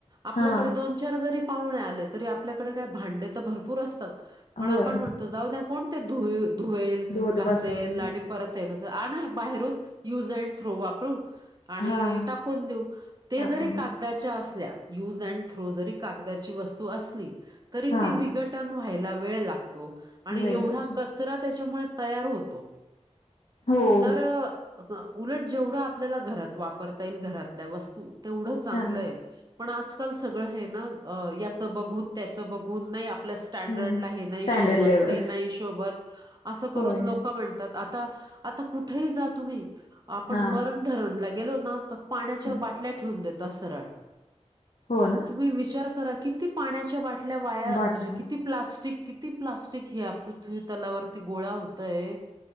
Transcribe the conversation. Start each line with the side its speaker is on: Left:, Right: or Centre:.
Right: आपल्या
Left: हा
Right: दोन चार जरी पाहुणे आले तरी आपल्याकडे काय भांडे तर भरपूर असतात पण
Left: होय
Right: आपण म्हणतो जाऊ द्या कोण ते धुल
Left: धोत
Right: घासल
Left: बसेल
Right: आणि परत आहे कसं आणि बाहेरून युज अँड थ्रू वापरू आणि
Left: हा
Right: टाकून देऊ ते
Left: टाकून
Right: जरी कागदाच्या असल्या यूज अँड ्र जरी कागदाची वस्तू असली तरी
Left: हा
Right: ती विघटन व्हायला वेळ लागतो आणि
Left: वेळ
Right: एवढा
Left: लागतो
Right: कचरा त्याच्यामुळे तयार होतो
Left: हो
Right: तर उलट जेवढं आपल्याला घरात वापरता येईल घरातल्या वस्तू तेवढं चांगलंय
Left: हा
Right: पण आजकाल सगळं हे ना याच बघून त्याच बघून नाही आपल्या स्टँडर्डला
Left: माणूस
Right: हे नाही
Left: स्टँडर्ड
Right: शोबत
Left: लेवल
Right: ते नाही शोबत असं करून
Left: होय
Right: लोक म्हण आता आता कुठेही जा तुम्ही आपण
Left: हा
Right: मरण धरणला गेलो ना तर पाण्याच्या
Left: हा
Right: बाटल्या ठेवून देतात सरळ
Left: हो ना
Right: तुम्ही विचार करा किती पाण्याच्या बाटल्या वाया
Left: बाटला
Right: म्हणजे किती प्लास्टिक किती प्लास्टिक ह्या पृथ्वी तलावरती गोळा होतय